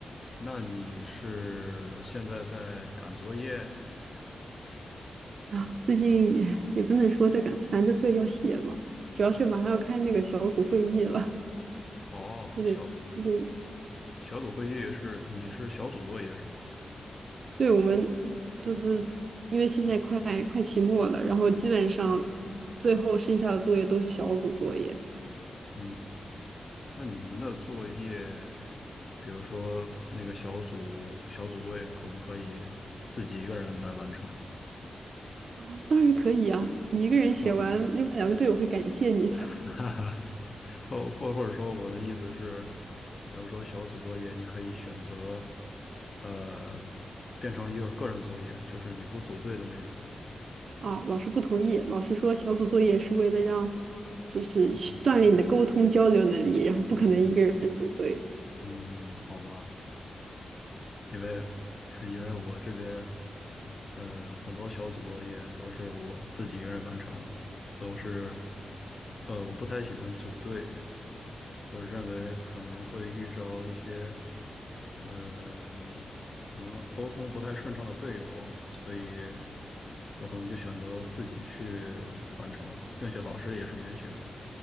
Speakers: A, on the left; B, on the right.
A: 那你是现在在赶作业？
B: 啊，最近也也不能说在赶，反正作业要写嘛。主要是马上要开那个小组会议了，
A: 哦，
B: 就得就得，
A: 小小组会议是你是小组作业是吧？
B: 对我们就是因为现在快快期末了，然后基本上最后剩下的作业都是小组作业。
A: 嗯，那你们的作业，比如说那个小组小组作业，可不可以自己一个人来完成
B: 啊，当然可以啊，你一个人写完，
A: 啊？
B: 另外两个队友会感谢你的。
A: <laughs> 哈哈，哦，或或者说我的意思是，比如说小组作业，你可以选择呃变成一个个人作业，就是你不组队的那种。
B: 啊，老师不同意，老师说小组作业是为了让，就是去锻炼你的沟通交流能力，
A: 嗯
B: 然后不可能一个人组队。
A: 嗯嗯，好吧。因为 <laughs> 因为我这边，呃，很多小组作业都是我自己一个人完成的，都是，呃，我不太喜欢组队，就是认为可能会遇着一些，呃，可能沟通不太顺畅的队友，所以我可能就选择自己去完成了，并且老师也是允许的。